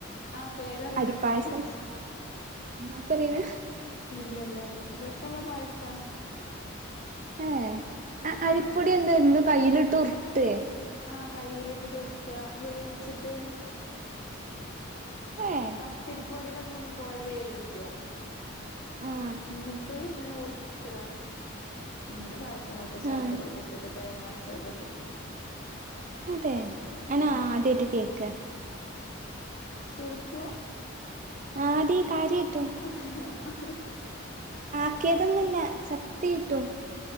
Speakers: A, on the left; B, on the right.
A: ആഹ് പേരറീല
B: അരിപ്പായസം
A: ഇമ്മാക്കും
B: ഉമ്മാക്കറിയണ
A: ഇല്ല ഇല്ല രസള്ള പായ്സ
B: ഏഹ് അ
A: ആഹ്
B: അരിപ്പൊടി എന്തായിരുന്നു കയ്യിലിട്ട് ഉർട്ടേ?
A: ആഹ് കയ്യിലിട്ടിട്ട് ഉർട്ട വേവിച്ചിട്ട്
B: ഏഹ്
A: പത്തിരിപ്പൊടീടെ പം പോലെ വേവിക്ക
B: ആഹ്
A: ഇന്നിട്ട് ഇങ്ങനെ ഉർട്ട ഇന്നിട്ട് പായസ് അം വെക്ക ശർക്കര്യൊക്കെട്ടിട്ട്
B: ആഹ്
A: തേങ്ങ അരച്ചൊക്കെ ഇട്ടിട്ട്.
B: അതെ അനാദ്യേട്ട്
A: ആ ആ
B: കേക്ക.
A: ശരിക്ക്വാ
B: ആടി കാര്യായ്ട്ടും.
A: ആഹ്.
B: ആക്ക്യേതൊന്നല്ല സത്യേട്ടും.